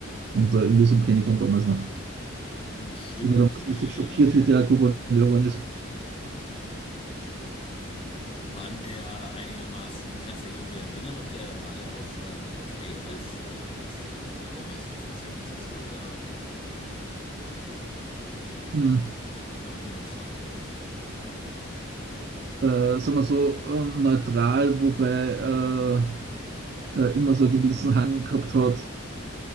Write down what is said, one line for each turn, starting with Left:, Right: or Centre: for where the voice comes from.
Right: Und äh, in Newsom kenne ich von damals noch.
Left: Hm, stimmt,
Right: Ich war damals
Left: ja,
Right: richtig
Left: ja,
Right: schockiert,
Left: ja.
Right: wie der Gouverneur geworden ist.
Left: War denn der einigermaßen, kannst du dich irgendwie erinnern, ob der, war der auch ähm, okay als, äh, als, als Bürgermeister von San Francisco oder
Right: Hm,
Left: neu- neutral?
Right: äh, sagen wir so, äh, neutral, wobei äh, äh, immer so einen gewissen Hang gehabt hat,